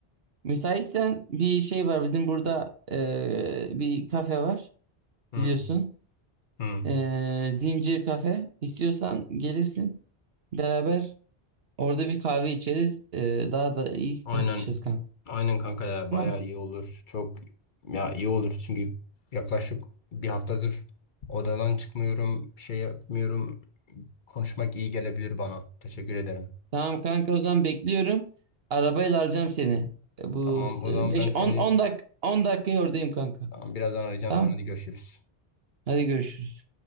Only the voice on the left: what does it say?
Hı,
hı.
Aynen.
Aynen kanka ya
bayağı iyi olur. Çok ya iyi olur çünkü yaklaşık bir haftadır odadan çıkmıyorum, bir şey yapmıyorum. Konuşmak iyi gelebilir bana. Teşekkür ederim.
Tamam o
zaman
ben seni
tamam, birazdan arayacağım.
Sen hadi görüşürüz.